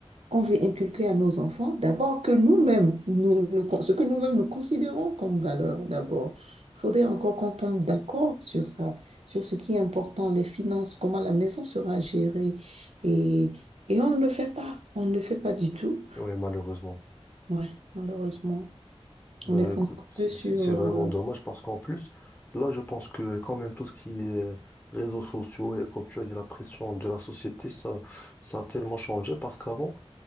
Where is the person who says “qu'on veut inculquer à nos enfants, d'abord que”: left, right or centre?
Right